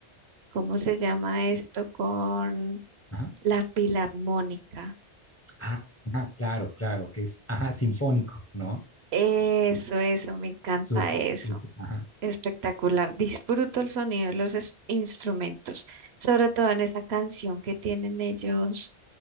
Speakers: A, on the right (about 70°); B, on the left (about 20°).
A: ¿cómo se llama esto? Con
B: ajá.
A: la filarmónica.
B: Ah, ajá, claro, claro, que es, ajá, sinfónico, ¿no?
A: Eso, eso, me encanta
B: Súper,
A: eso.
B: súper. Ajá.
A: Espectacular, disfruto el sonido de los es- instrumentos, sobre todo en esa canción que tienen ellos,